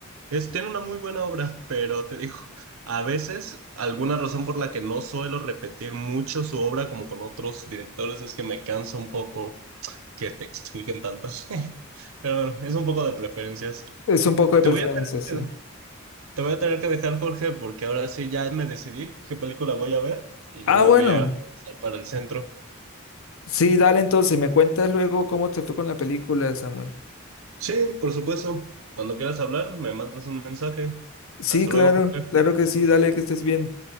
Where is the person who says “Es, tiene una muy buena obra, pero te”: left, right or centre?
Right